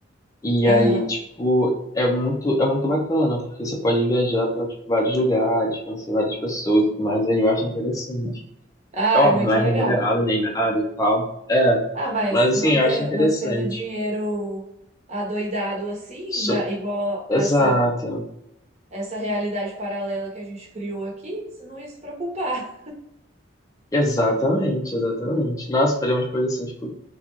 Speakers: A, on the left; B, on the right.
A: E
B: Aham.
A: aí, tipo, é muito, é muito bacana, porque você pode viajar para tipo, vários lugares, conhecer várias pessoas, e tudo mais aí eu acho interessante.
B: Ah,
A: É óbvio,
B: é muito
A: não é
B: legal.
A: remunerado nem nada e tal. É,
B: Ah, mas
A: mas
B: não
A: assim,
B: ter,
A: eu acho interessante.
B: mas tendo dinheiro adoidado assim,
A: So-
B: na- igual essa
A: Exato.
B: essa realidade paralela que a gente criou aqui, você não ia se preocupar.
A: Exatamente, exatamente. Nós faremos coisas assim, tipo,